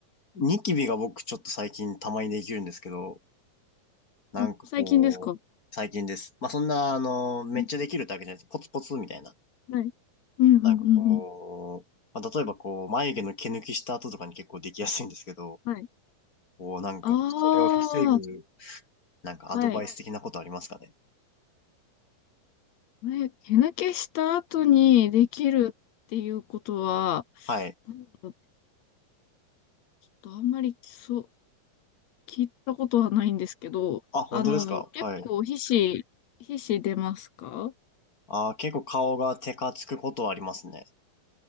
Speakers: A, on the left; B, on the left.
A: ニキビが僕ちょっと最近たまにできるんですけど、なんかこう、
B: あ、最近ですか
A: 最近です。まあ、そんな、あの、めっちゃできるってわけじゃないです。
B: うん、
A: ポツポツみたいな。
B: はい。うん、うん、
A: なんかこう、
B: うん、うん。
A: まあ、例えばこう、眉毛の毛抜きした後とかに結構できやすいんですけど、
B: はい。
A: こう、なんか、
B: あ
A: それを防ぐ、
B: あ、
A: なんかアドバイス的なことありますかね
B: はい。え、手抜けした後にできるっていうことは、
A: はい。
B: なんだろう、ちょっとあんまりそう、聞いたことはないんですけど、
A: あ、本当ですかはい。
B: あの、結構皮脂、皮脂出ますか
A: あー、結構顔がテカつくことはありますね。